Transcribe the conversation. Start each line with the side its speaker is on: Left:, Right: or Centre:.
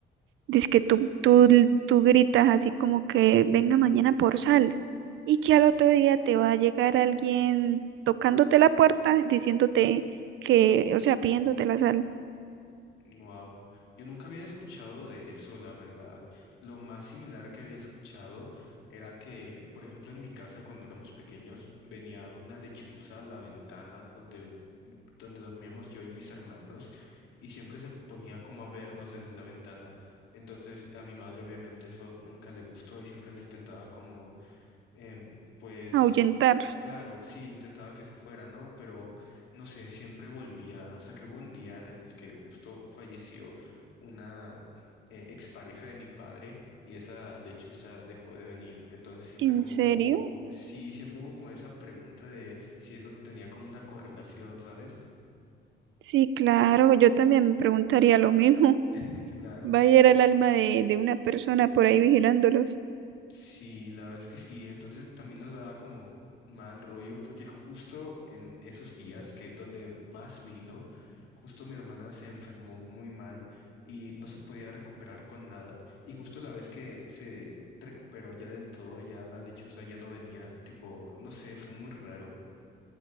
Right: Dice que tú, tú, tú gritas así como que venga mañana por sal y que al otro día te va a llegar alguien tocándote la puerta diciéndote que, o sea, pidiéndote la sal,
Left: Wow, yo nunca había escuchado de eso, la verdad. Lo más similar que había escuchado era que, por ejemplo, en mi casa cuando éramos pequeños venía una lechuza a la ventana donde, donde dormíamos yo y mis hermanos y siempre se ponía como a vernos desde la ventana. Entonces a mi madre obviamente eso nunca le gustó y siempre la intentaba como em, pues
Right: ahuyentar.
Left: claro, sí, intentaba que se fuera, ¿no? Pero no sé, siempre volvía, hasta que hubo un día en el que justo falleció una eh, expareja de mi padre y esa lechuza dejó de venir. Entonces siempre
Right: ¿En
Left: como
Right: serio?
Left: hubo, sí, siempre hubo como esa pregunta de si eso tenía como una correlación, ¿sabes?
Right: Sí, claro, yo también me preguntaría lo mismo.
Left: <laughs> Claro.
Right: <laughs> Va a ir el alma de, de una persona por ahí vigilándolos.
Left: Sí, la verdad es que sí. Entonces también nos daba como mal rollo porque justo en esos días que donde más vino, justo mi hermana se enfermó muy mal y no se podía recuperar con nada. Y justo la vez que se recuperó ya del todo, ya la lechuza ya no venía, tipo, no sé, fue muy raro.